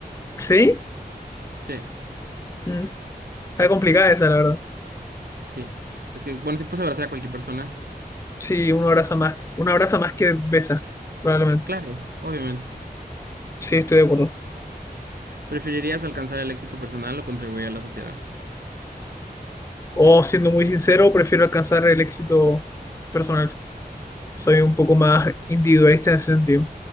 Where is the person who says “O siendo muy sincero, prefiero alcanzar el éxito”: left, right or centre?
Left